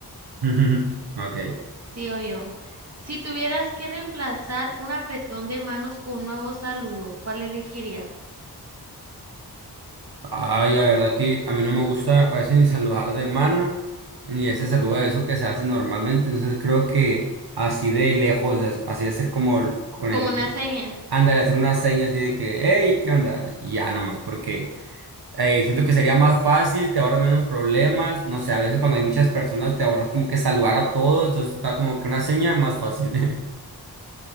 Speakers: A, on the right; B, on the right.
A: <laughs> Ok.
B: Sí, yo. Si tuvieras que reemplazar un apretón de manos con un nuevo saludo, ¿cuál elegirías?
A: Ay, la verdad que a mí no me gusta a veces ni saludar de mano, ni ese saludo de eso que se hace normalmente. Entonces creo que así de lejos, as- así de hacer como el- con
B: Como
A: el...
B: una seña.
A: Ándale, hacer una seña así de que, hey, ¿qué onda? Y ya nomás, porque eh, siento que sería más fácil, te ahorras menos problemas. No sé, a veces cuando hay muchas personas te ahorras como que saludar a todos, entonces está como que una seña más fácil.